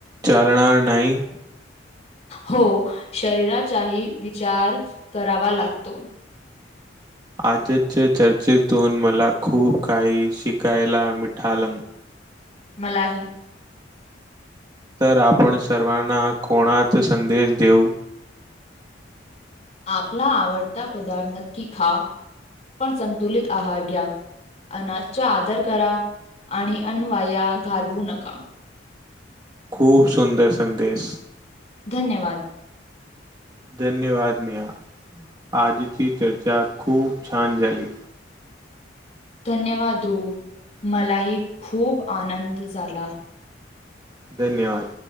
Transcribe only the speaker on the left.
हो शरीराचाही विचार करावा लागतो.
मलाही
आपला आवडता पदार्थ नक्की खा पण संतुलित आहार घ्या अनाजचा आदर करा आणि अन्वया घालवू नका.
धन्यवाद.
धन्यवाद रु मलाही खूप आनंद झाला.